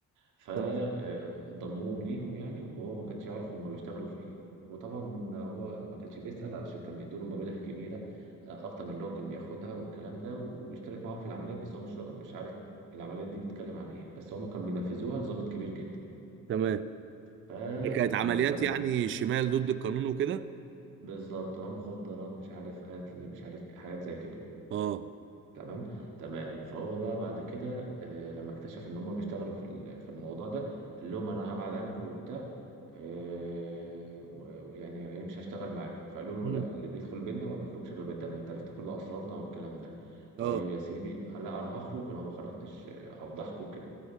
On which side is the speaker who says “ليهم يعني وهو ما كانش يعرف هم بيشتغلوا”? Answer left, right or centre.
Right